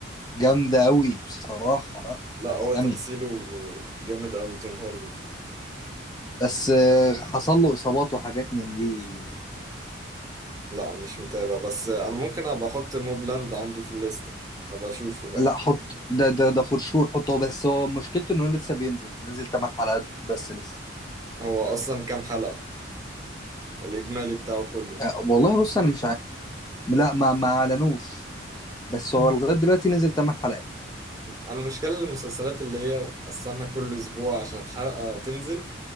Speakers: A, on the left; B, on the right.
A: جامدة قوي بصراحة لا
B: لا هو
A: عالمي
B: تمثيله جامد قوي توم هاردي
A: بس آه، حصل له إصابات وحاجات من دي
B: لا مش متابع بس انا ممكن ابقى احط موبلاند عندي في الليستة ابقى اشوفه بقى
A: لا حط ده ده ده فور شور حطه بس هو مشكلته إنه لسه بينزل نزل 8 حلقات بس لسه
B: هو اصلا كام حلقة الاجمالي بتاعه كله
A: آه والله بص أنا مش عارف لا ما ما أعلنوش بس هو لغاية دلوقتي نزل 8 حلقات
B: انا المشكله المسلسلات اللي هي استنى كل اسبوع عشان الحلقه تنزل